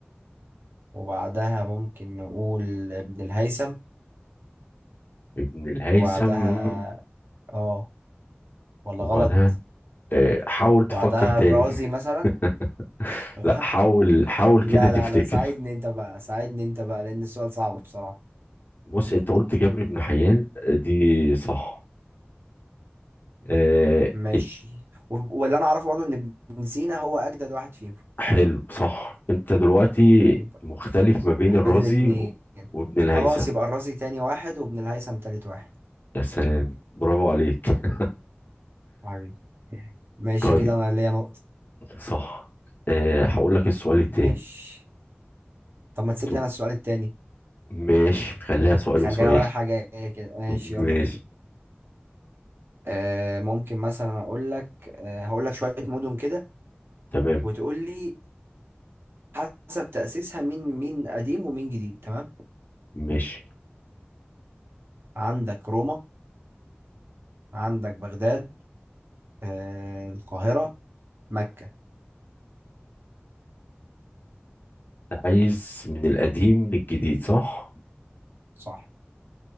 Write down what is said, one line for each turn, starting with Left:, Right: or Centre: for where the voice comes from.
Right: وبعدها ممكن نقول ابن الهيثم
Left: ابن الهيثم
Right: وبعدها اه ولا
Left: وبعدها
Right: غلط
Left: آه، حاول تفكر
Right: وبعدها
Left: تاني
Right: الرازي مثلا
Left: <laughs>
Right: غلط
Left: لا حاول حاول
Right: لا
Left: كده تفتكر
Right: لا لا ساعدني انت بقى ساعدني انت بقى لان السؤال صعب بصراحة
Left: بص انت قلت جابر بن حيان آه، دي صح آه
Right: ماشي
Left: ات-
Right: و- واللي انا اعرفه برضه ان ابن سينا هو اجدد واحد فيهم
Left: حلو صح انت دلوقتي
Right: يبقى
Left: مختلف ما بين
Right: احنا
Left: الرازي
Right: بين الاتنين
Left: و- وابن الهيثم
Right: خلاص يبقى الرازي تاني واحد وابن الهيثم تالت واحد
Left: يا سلام برافو عليك
Right: حبيبي ماشي
Left: طيب
Right: كده انا ليا نقطة
Left: صح أه هقول لك السؤال التاني
Right: ماشي طب ما تسيب
Left: تو-
Right: لي انا السؤال التاني
Left: ماشي خليها سؤال
Right: خليها
Left: وسؤال
Right: رايحة جاية كده ماشي
Left: م- ماشي
Right: يلا بينا آه، ممكن مثلا اقول لك آه، هقول لك شويه مدن كده
Left: تمام
Right: وتقول لي حسب تاسيسها مين مين قديم ومين جديد تمام
Left: ماشي
Right: عندك روما عندك بغداد آه، القاهره مكه
Left: أنت عايز من القديم للجديد صح
Right: صح